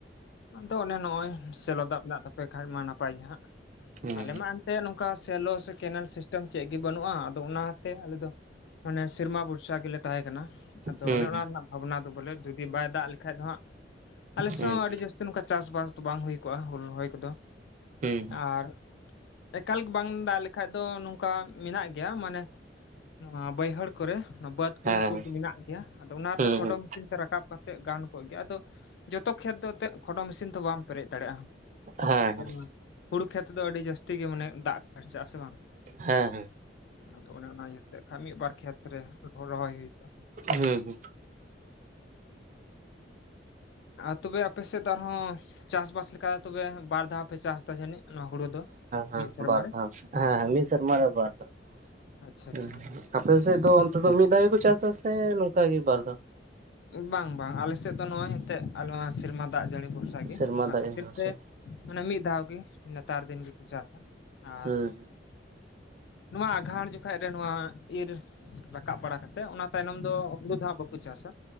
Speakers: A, on the left; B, on the right.
A: ᱟᱫᱚ ᱚᱱᱮ ᱱᱚᱜᱼᱚᱭ ᱥᱮᱞᱚ ᱫᱟᱜ ᱢᱮᱱᱟᱜ ᱛᱟᱯᱮ ᱠᱷᱟᱡ ᱢᱟ ᱱᱟᱯᱟᱭ ᱜᱮ ᱦᱟᱸᱜ
B: ᱦᱩᱸ
A: ᱟᱞᱮ ᱢᱟ ᱛᱮ ᱱᱚᱝᱠᱟ ᱥᱮᱞᱚ ᱥᱮ ᱠᱮᱱᱮᱞ ᱥᱤᱥᱴᱮᱢ ᱪᱮᱜ ᱜᱮ ᱵᱟᱹᱱᱩᱜᱼᱟ ᱟᱫᱚ ᱚᱱᱟᱛᱮ ᱟᱞᱮ ᱫᱚ, ᱢᱟᱱᱮ ᱥᱮᱨᱢᱟ ᱵᱷᱚᱨᱥᱟ ᱜᱮᱞᱮ ᱛᱟᱦᱮᱸ ᱠᱟᱱᱟ ᱟᱫᱚ
B: ᱦᱩᱸ
A: ᱚᱱᱮ ᱚᱱᱟ ᱨᱮᱱᱟᱜ ᱵᱷᱟᱵᱱᱟ ᱫᱚ ᱵᱚᱞᱮ ᱡᱩᱫᱤ ᱵᱟᱭ ᱫᱟᱜ ᱞᱮᱠᱷ ᱠᱷᱟᱡ ᱫᱚ ᱦᱟᱸᱜ ᱟᱞᱮᱥᱮ
B: ᱦᱩᱸ
A: ᱦᱚᱸ
B: ᱦᱩᱸ
A: ᱟᱹᱰᱤ ᱡᱟᱹᱥᱛᱤ ᱱᱚᱝᱠᱟ ᱪᱟᱥᱵᱟᱥ ᱫᱚ ᱵᱟᱝ ᱦᱩᱭ ᱠᱚᱜᱼᱟ ᱦᱩᱲᱩ ᱨᱚᱦᱚᱭ ᱠᱚᱫᱚ᱾
B: ᱦᱩᱸ
A: ᱟᱨ ᱮᱠᱟᱞ ᱜᱮ ᱵᱟᱝ ᱫᱟᱜ ᱞᱮᱠᱷᱟᱡ ᱫᱚ ᱱᱚᱝᱠᱟ ᱢᱮᱱᱟᱜ ᱜᱮᱭᱟ ᱢᱟᱱᱮ, ᱱᱚᱣᱟ ᱵᱟᱹᱭᱦᱟᱹᱲ ᱠᱚᱨᱮ ᱵᱟᱹᱫᱽ ᱠᱩᱧ
B: ᱦᱮᱸ
A: ᱠᱩᱠᱩ ᱢᱮᱱᱟᱜ ᱜᱮᱭᱟ ᱟᱫᱚ ᱚᱱᱟ ᱨᱮᱫᱚ
B: ᱦᱩᱸ
A: ᱠᱷᱚᱰᱚ ᱢᱮᱥᱤᱱ ᱛᱮ ᱨᱟᱠᱟᱵ ᱠᱟᱛᱮᱜ ᱜᱟᱱ ᱠᱚᱜ ᱜᱮ ᱟᱫᱚ ᱡᱚᱛᱚ ᱠᱷᱮᱛ ᱫᱚ ᱛᱮᱜ ᱠᱷᱚᱰᱚ ᱢᱤᱥᱤᱱ ᱛᱚ ᱵᱟᱢ ᱯᱮᱨᱮᱡ ᱫᱟᱲᱮᱭᱟᱜᱼᱟ <unintelligible>
B: ᱦᱮᱸ ᱦᱮᱸ
A: ᱦᱩᱲᱩ ᱠᱷᱮᱛ ᱫᱚ ᱟᱹᱰᱤ ᱡᱟᱹᱥᱛᱤ ᱜᱮ ᱢᱟᱱᱮ ᱫᱟᱜ ᱠᱷᱟᱨᱪᱟᱜ-ᱟ ᱥᱮ ᱵᱟᱝ?
B: ᱦᱮᱸ ᱦᱮᱸ,
A: ᱟᱫᱚ ᱚᱱᱮ ᱚᱱᱟ ᱤᱭᱟᱹᱛᱮ ᱠᱷᱟᱱ ᱢᱤᱫᱵᱟᱨ ᱠᱷᱮᱛᱨᱮ ᱨᱚᱦᱚᱭ ᱦᱩᱭ ᱠᱚᱜᱼᱟ᱾
B: ᱦᱩᱸ ᱦᱩᱸ᱾
A: ᱟᱸ ᱛᱚᱵᱮ ᱟᱯᱮ ᱥᱮᱫ ᱟᱨᱦᱚᱸ, ᱪᱟᱥᱵᱟᱥ ᱞᱮᱠᱟ ᱛᱚᱵᱮ ᱵᱟᱨ ᱫᱷᱟᱣ ᱯᱮ ᱪᱟᱥ ᱫᱟ ᱡᱟᱹᱱᱤᱡ ᱱᱚᱣᱟ ᱦᱩᱲᱩ ᱫᱚ?
B: ᱦᱮ
A: ᱢᱤᱫ ᱥᱮᱨᱢᱟ
B: ᱵᱟᱨ
A: ᱨᱮ
B: ᱫᱷᱟᱣ ᱦᱮᱸ ᱦᱮᱸ ᱢᱤᱫ ᱥᱮᱨᱢᱟ ᱨᱮ ᱵᱟᱨ ᱫᱷᱟᱣ᱾
A: ᱟᱪᱪᱷᱟ ᱟᱪᱪᱷᱟ
B: <unintelligible> ᱟᱯᱮ ᱥᱮᱫ ᱫᱚ ᱚᱱᱛᱮ ᱫᱚ ᱢᱤᱫ ᱫᱷᱟᱣ ᱜᱮᱠᱚ ᱪᱟᱥᱟ ᱥᱮ ᱱᱚᱝᱠᱟ ᱜᱮ ᱵᱟᱨ ᱫᱷᱟᱣ?
A: ᱵᱟᱝ ᱵᱟᱝ ᱟᱞᱮ ᱥᱮᱫ ᱫᱚ ᱱᱚᱜᱼᱚᱭ ᱮᱱᱛᱮᱜ <unintelligible> ᱱᱚᱣᱟ ᱥᱮᱨᱢᱟ ᱫᱟᱜ ᱡᱟᱹᱲᱤ ᱵᱷᱚᱨᱥᱟ ᱜᱮ
B: ᱥᱮᱨᱢᱟ
A: ᱚᱱᱟ
B: ᱫᱟᱜ
A: ᱠᱷᱟᱹᱛᱤᱨ
B: ᱦᱮᱸ ᱦᱩᱸ
A: ᱛᱮ ᱢᱟᱱᱮ ᱢᱤᱫ ᱫᱷᱟᱣ ᱜᱮ ᱱᱮᱛᱟᱨ ᱫᱤᱱ ᱜᱮᱠᱩ ᱪᱟᱥ-ᱟ᱾ ᱟᱨ
B: ᱦᱩᱸ <inaudible>
A: ᱱᱚᱣᱟ ᱟᱸᱜᱷᱟᱲ ᱡᱚᱠᱷᱟᱡ ᱨᱮ ᱱᱚᱣᱟ ᱤᱨ ᱨᱟᱠᱟᱵ ᱵᱟᱲᱟ ᱠᱟᱛᱮᱜ ᱚᱱᱟ ᱛᱟᱭᱱᱚᱢ ᱫᱚ ᱦᱩᱲᱩ ᱫᱚ ᱦᱟᱸᱜ ᱵᱟᱠᱩ ᱪᱟᱥ-ᱟ᱾